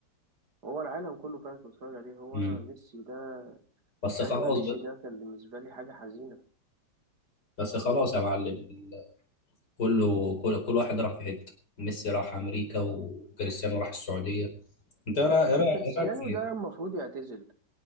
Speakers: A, on the right; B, on the left.
A: هو العالم كله فعلا كان بيتفرج عليه هو
B: امم
A: انا ميسي ده
B: بس
A: ساعة
B: خلاص
A: ما مشي
B: بقى
A: ده كان بالنسبة لي حاجة حزينة
B: بس خلاص يا معلم ال- كله كل, كل واحد راح في حته ميسي راح امريكا وكريستيانو راح السعوديه انت ايه رأ- إيه رأ-
A: كريستيانو
B: إيه رايك في
A: ده المفروض يعتزل